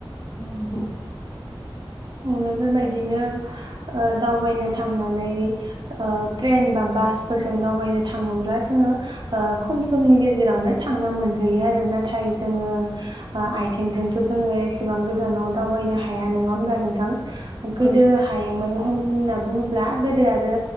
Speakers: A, on the right; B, on the right.
A: औ नोंथां।
B: ओम बेफोरबायदिनो ओ दावबायनो थांनानै ओ ट्रेन बा बासफोरजों दावबायनो थां थाङोब्ला जोङो ओ खम समनि गेजेरावनो थांना मोनहैयो आरो नाथाय जोङो ओ आइथिंजोंथ' जोङो एसेबां गोजानाव दावबायनो हाया नङा होमब्ला नोंथां गोदो
A: औ
B: हायोमोन होनना बुङोब्ला गोदो आरो